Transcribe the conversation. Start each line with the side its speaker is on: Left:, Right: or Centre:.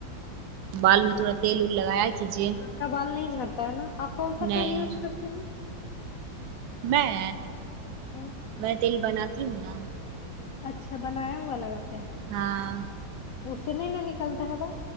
Right: بال میں تھوڑا تیل ول لگایا کیجے
Left: آپ کا بال نہیں جھڑتا ہے نا آپ کون سا
Right: نہیں
Left: تیل یوج کرتے ہیں
Right: میں
Left: ہاں
Right: میں تیل بناتی ہوں نا
Left: اچھا بنایا ہوا لگاتے ہیں
Right: ہاں
Left: اسی نے نہیں نکلتا ہے بال